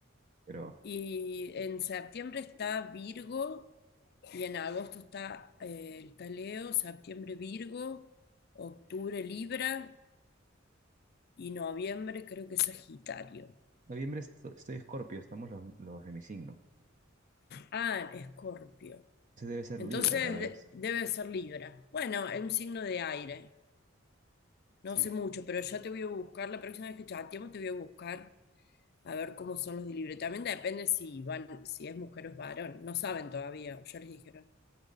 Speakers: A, on the right; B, on the left.
A: Pero
B: Y en septiembre está Virgo y en agosto está eh, el Leo. septiembre Virgo, octubre Libra y noviembre creo que Sagitario.
A: noviembre est- estoy Escorpio, estamos los, los de mi signo.
B: Ah, Escorpio.
A: Ese debe ser
B: Entonces
A: Libra, tal vez.
B: de- debe ser Libra. Bueno, es un signo de aire.
A: Sí,
B: No sé mucho, pero ya te voy a buscar, la próxima vez que chateemos te voy a buscar a ver cómo son los de libre. También depende si van, si es mujer o es varón. No saben todavía, ya les dijeron.